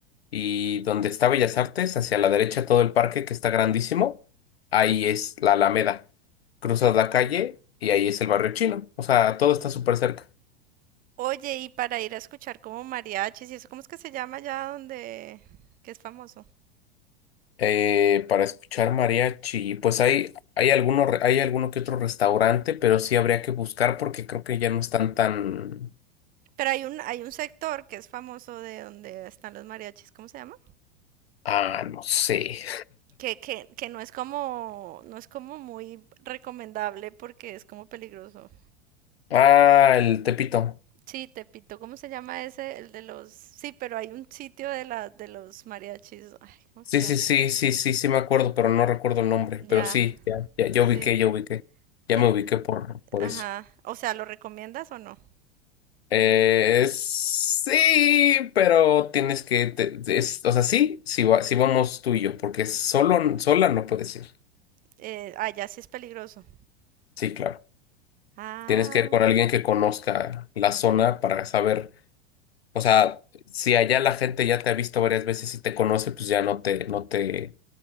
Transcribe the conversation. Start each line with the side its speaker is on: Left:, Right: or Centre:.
Left: y donde está Bellas Artes, hacia la derecha todo el parque que está grandísimo, ahí es la Alameda. Cruzas la calle y ahí es el barrio chino. O sea, todo está súper cerca.
Right: Oye, y para ir a escuchar como mariachis y eso, ¿cómo es que se llama allá donde... que es famoso?
Left: Eh, para escuchar mariachi, pues hay, hay alguno, re- hay alguno que otro restaurante, pero sí habría que buscar porque creo que ya no están tan...
Right: Pero hay un, hay un sector que es famoso de donde están los mariachis, ¿cómo se llama?
Left: Ah, no sé.
Right: Que, que, que no es como, no es como muy recomendable porque es como peligroso.
Left: Ah, el Tepito.
Right: Sí, Tepito, ¿cómo se llama ese? El de los, sí, pero hay un sitio de la, de los mariachis. Ay, ¿cómo
Left: Sí,
Right: se llama?
Left: sí, sí, sí, sí, sí me acuerdo, pero no recuerdo el nombre.
Right: Ya,
Left: Pero sí, ya, ya, ya
Right: sí.
Left: ubiqué, ya ubiqué. Ya
Right: Tep-
Left: me ubiqué por, por
Right: Ajá.
Left: eso.
Right: O sea, ¿lo recomiendas o no?
Left: Eh, sí, pero tienes que, te- te- es- o sea, sí, sí, va- sí vamos tú y yo, porque solo, sola no puedes ir.
Right: Eh, ah, ya sí es peligroso.
Left: Sí, claro.
Right: Ah.
Left: Tienes que ir con alguien que conozca la zona para saber, o sea, si allá la gente ya te ha visto varias veces y te conoce, pues ya no te, no te,